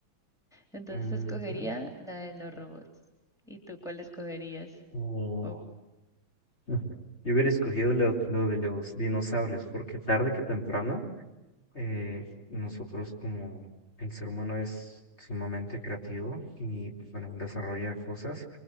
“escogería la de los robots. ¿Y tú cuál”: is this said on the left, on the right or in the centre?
Centre